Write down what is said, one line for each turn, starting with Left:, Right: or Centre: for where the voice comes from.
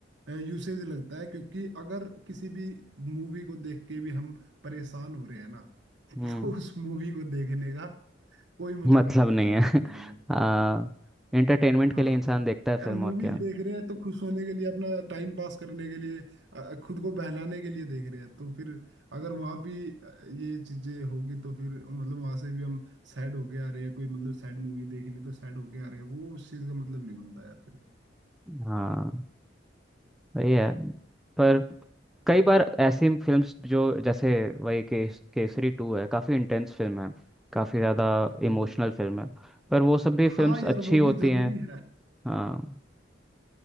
Right: यूसेज लगता है क्योंकि अगर किसी भी मूवी को देख के भी हम परेशान हो रहे हैं ना <laughs>
Centre: हम्म
Right: तो उस मूवी को देखने का कोई मतलब
Centre: मतलब
Right: नहीं बनता
Centre: नहीं
Right: मेरी
Centre: है
Right: नजरों
Centre: <laughs>
Right: में
Centre: हाँ इंटरटेनमेंट
Right: हाँ
Centre: के लिए इंसान देखता है फिल्म
Right: यार मूवीज
Centre: और क्या
Right: देख रहे हैं तो खुश होने के लिए अपना टाइम पास करने के लिए अ, खुद को बहलाने के लिए देख रहे हैं तो फिर अगर वहां भी अ, ये चीजें होगी तो फिर मतलब वहां से भी हम सैड होके आ रहे हैं कोई मतलब सैड मूवी देख ली तो सैड होके आ रहे हैं वो उस चीज का मतलब नहीं बनता यार फिर
Centre: हाँ वही है पर कई बार ऐसी फिल्म्स जो जैसे वही केस, केसरी टू है काफ़ी इंटेंस फिल्म है काफ़ी ज़्यादा
Right: हम्म
Centre: इमोशनल फिल्म है पर वो सब भी फिल्म्स
Right: हाँ यार
Centre: अच्छी
Right: वो
Centre: होती
Right: भी जरूरी
Centre: हैं
Right: है
Centre: हाँ